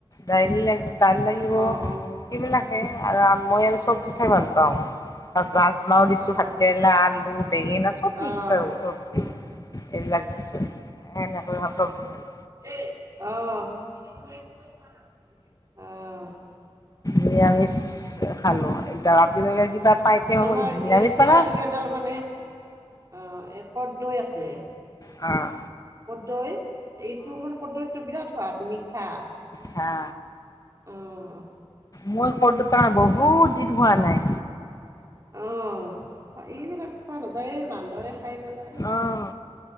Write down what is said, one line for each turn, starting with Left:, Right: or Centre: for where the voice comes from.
Left: দাইলি লাগ দাইল লাগিব
Right: অ', অ', অ',
Left: সেইবিলাক সে মই আৰু চবজি খাই ভাল পাওঁ তাত গাছ মাৰো দিছো
Right: অ',
Left: ভাতকেৰেলা, আলু, বেঙেনা চব মিক্স
Right: অ',
Left: আৰু চবজি সেইবিলাক দিছো এনেকৈ ভাল চবজি ভাল
Right: আহ আহ
Left: নিৰামিষ খালো এতিয়া ৰাতিলৈকে কিবা পাই তেওঁ
Right: আমাৰ
Left: নিৰামিষ
Right: ইয়াতে
Left: পালা
Right: আৰু এডাল মানে অ কদৈ আছে
Left: অঁ
Right: কদৈ এইটো মানে কদৈটো বিৰাট সোৱাদ মিঠা
Left: হা
Right: অ',
Left: মই কদৈত থাকা বহুত দিন হোৱা নাই।
Right: আহ এইবিলাক খোৱা নাযায় এই বান্দৰে খাই পেলাই
Left: অহ